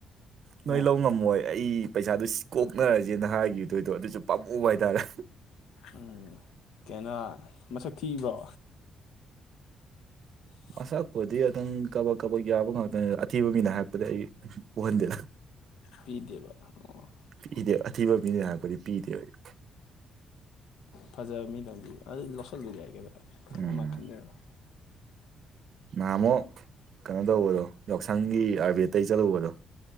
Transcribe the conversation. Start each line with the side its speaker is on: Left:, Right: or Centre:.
Right: ꯅꯣꯏ
Left: ꯑꯦ
Right: ꯂꯧ ꯉꯝꯃꯣꯏ ꯑꯩ ꯄꯩꯁꯥꯗꯨ ꯀꯣꯛꯅꯔꯁꯦ ꯅꯍꯥꯥꯟꯒꯤ ꯏꯊꯣꯏꯗꯣ ꯑꯗꯨꯁꯨ ꯄꯥꯝꯃꯨꯕ ꯍꯥꯏꯇꯥꯔꯦ
Left: ꯎꯝ ꯀꯩꯅ ꯃꯁꯛ ꯊꯤꯕ꯭ꯔꯣ ꯎꯝ
Right: ꯑꯁꯛꯄꯗꯤ ꯑꯗꯨꯪ ꯀꯕꯛ ꯀꯕꯛ ꯌꯥꯕ ꯉꯥꯛꯇꯅꯦ ꯑꯊꯤꯕ ꯃꯤꯅ ꯍꯥꯏꯔꯛꯄꯗꯤ ꯑꯩ ꯎꯍꯟꯗꯦꯗ
Left: ꯄꯤꯗꯦꯕ ꯑꯣ
Right: ꯄꯤꯗꯦ ꯑꯊꯤꯕ ꯄꯤꯅꯦ ꯂꯥꯛꯄꯗꯤ ꯄꯤꯗꯦ ꯍꯧꯖꯤ
Left: ꯐꯖꯕ ꯃꯤꯗꯪꯕꯤ ꯑꯗꯨ ꯂꯧꯁꯤꯜꯂꯨ ꯌꯥꯏ ꯀꯩꯗ꯭ꯔꯥ
Right: ꯎꯝ
Left: ꯑꯃ ꯈꯟꯖꯔ
Right: ꯅꯍꯥꯟ ꯑꯃꯨꯛ ꯀꯩꯅꯣ ꯇꯧꯕꯗꯣ ꯌꯥꯎꯁꯪꯒꯤ ꯑꯥꯔꯕꯤꯇꯩ ꯆꯠꯂꯨꯕꯗꯣ